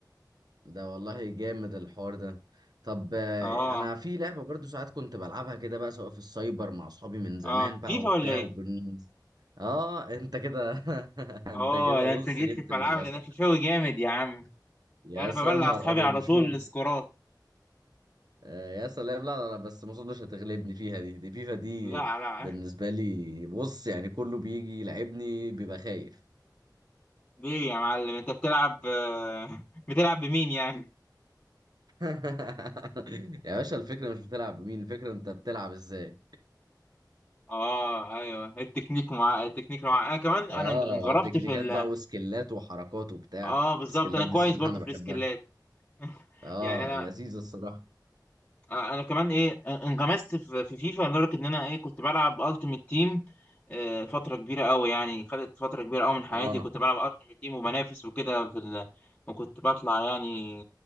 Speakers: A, on the right; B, on the left.
A: ده والله جامد الحوار ده طب آه،
B: اه
A: انا في لعبه برضو ساعات كنت بلعبها كده بقى سواء في السايبر مع اصحابي من زمان
B: اه
A: بقى
B: فيفا
A: وبتاع
B: ولا إيه؟
A: وبن... اه انت كده <laughs> انت
B: اه
A: كده
B: ده
A: بص
B: أنت جيت
A: جبت
B: لي في
A: من
B: ملعبي
A: الاخر
B: ده أنا فيفاوي جامد يا عم
A: يا
B: أنا
A: س-
B: ببلع
A: يا نهار
B: أصحابي
A: ابيض
B: على
A: مش
B: طول
A: ممكن
B: السكورات
A: آه يا سلام لا لا لا بس ما اظنش هتغلبني فيها دي دي فيفا دي
B: لا لا
A: بالنسبه لي بص يعني كله بيجي يلعبني بيبقى خايف
B: ليه يا معلم انت بتلعب <laughs> آه، بتلعب بمين يعني
A: <laughs> يا باشا الفكره مش بتلعب بمين الفكره انت بتلعب ازاي
B: اه ايوه التكنيك مع التكنيك مع انا كمان
A: اه
B: انا انغرفت
A: تكنيكات
B: في ال
A: بقى وسكيلات وحركات وبتاع
B: اه بالظبط
A: السكيلات
B: انا كويس
A: دي الصراحه
B: برضو
A: انا
B: في
A: بحبها
B: السكيلات <laughs>
A: اه
B: يعني انا
A: لذيذه الصراحه
B: انا كمان ايه انغمست في في فيفا لدرجه ان انا ايه كنت بلعب التيمت تيم فتره كبيره قوي يعني خدت فتره كبيره قوي من حياتي
A: اه
B: كنت بلعب التيمت تيم وبنافس وكده في ال... وكنت بطلع يعني